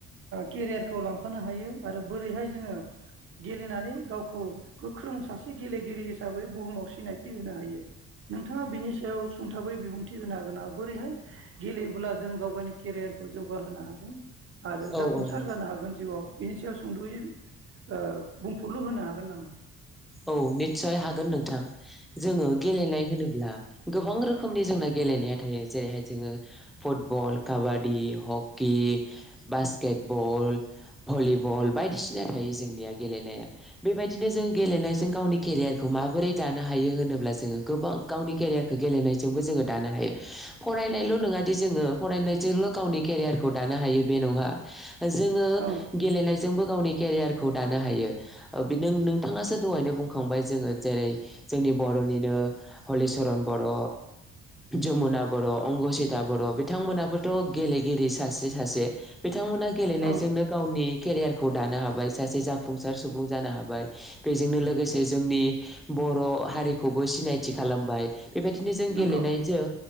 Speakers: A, on the right; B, in the centre.
A: केरियारखौ लांफानो हायो आरो बोरैहाय जोङो गेलेनानै गावखौ गोख्रों सासे गेलेगिरि हिसाबै बुहुमाव सिनायथि होनो हायो नोंथाङा बिनि सायाव सुंथाबै बिबुंथि होनो हागोना बोरैहाय गेलेब्ला जों गाव गावनि केरियारखौ जौगाहोनो हागोन आरो जाफुंसार
B: औ औ
A: जानो हागोन जिउआव बेनि सायाव सुंद'यै ओ बुंफुरलु होनो हागोन नामा
B: औ निस्सय हागोन नोंथां जोङो गेलेनाय होनोब्ला गोबां रो खोमनि जोंना गेलेनाया थायो जेरैहाय जोङो फुटबल काबा दि हकि बासकेट बल भलिबल बायदिसिना थायो जोंनिया गेलेनाया बेबायदिनो जों गेलेनाय जों गावनि केरियारखौ माबोरै दानो हायो होनोब्ला जोङो गोबां गावनि केरियारखौ गेलेनायजोंबो जोङो दानो हायो फरायनायल' नङादि जोङो फरायनायजोंल' गावनि केरियारखौ दानो हायो बे नङा जोङो
A: औ
B: गेलेनायजोंबो गावनि केरियारखौ दानो हायो ओ नों नोंथाङो दहायनो बुंखांबाय जोङो जेरै जोंनि बर'निनो हलिचरन बर' जमुना बर' अंगसिता बर' बिथांमोनाबोथ' गेलेगिरि सासे सासे बिथांमोना गेलेनायजोंनो
A: औ
B: गावनि केरियार खौ दानो हाबाय सासे जाफुंसार सुबुं जानो हाबाय बेजोंनो लोगोसे जोंनि बर' हारिखौबो सिनायथि खालामबाय बेबायदिनो जों
A: नंगौ
B: गेलेनायजों